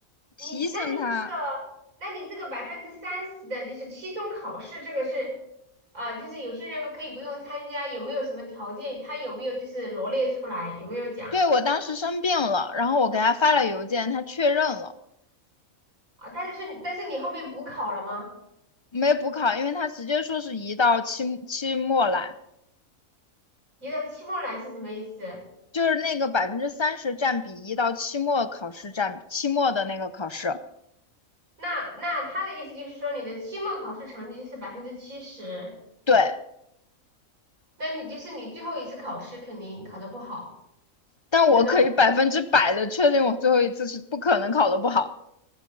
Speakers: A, on the right; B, on the left.
A: 你那你这个，
B: 提醒他，
A: 那你这个百分之三十的就是期中考试，这个是，呃，就是有些人可以不用参加，有没有什么条件？他有没有就是罗列出来？有没有讲
B: 对我当时生病了，然后我给他发了邮件，他确认了
A: 啊？但是但是你后面补考了吗？
B: 没补考，因为他直接说是移到期期末来，
A: 移到期末来是什么意思？
B: 就是那个百分之三十占比移到期末考试占比，期末的那个考试，
A: 那那他的意思就是说你的期末考试成绩是百分之七十，
B: 对，
A: 那你就是你最后一次考试肯定考得不好。
B: 但我可以百分之百的确定我最后一次是不可能考的不好。
A: 有呢，